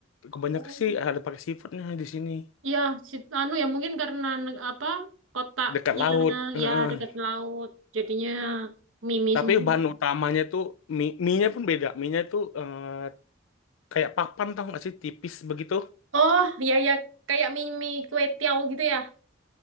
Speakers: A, on the left; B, on the right.
A: Kebanyakan
B: Oh.
A: sih ada pakai seafoodnya di sini.
B: ya sit- anu ya mungkin karena ne- apa? Kotaknya
A: Dekat laut. Heeh.
B: ya dekat laut. Jadinya mimi
A: Tapi
B: semua.
A: bahan utamanya tuh mie, mie-nya pun beda. Mie-nya tuh eh, kayak papan tau gak sih tipis begitu.
B: Oh, ya ya kayak mimi kue tiaw gitu ya.